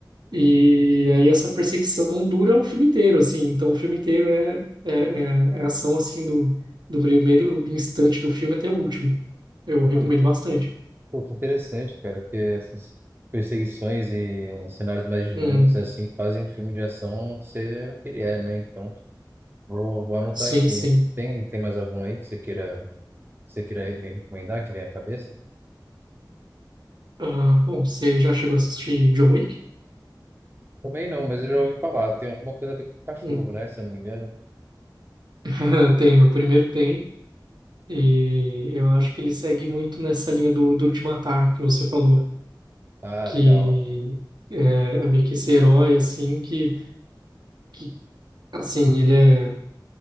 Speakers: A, on the right; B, on the right.
A: E aí essa perseguição dura o filme inteiro, assim. Então o filme inteiro é, é, é, é ação, assim, do, do primeiro instante do filme até o último. Eu recomendo
B: Pô,
A: bastante.
B: Pô, que interessante, cara, porque essas perseguições e cenários mais dinâmicos,
A: Hum,
B: assim, fazem o filme de ação ser o que ele é, né? Então, vou, vou anotar
A: sim,
B: aqui.
A: sim.
B: Tem, tem mais algum aí que você queira, que você queira me recomendar, que vem à cabeça?
A: Ah, bom, você já chegou a assistir John Wick?
B: Também não, mas eu já ouvi falar. Tem alguma coisa a ver com cachorro,
A: Hum.
B: né? Se eu não me engano.
A: <laughs> Tem, o primeiro tem. E eu acho que ele segue muito nessa linha do Duro de Matar que você falou,
B: Ah,
A: que
B: legal.
A: é, é meio que esse herói, assim, que, que assim, ele é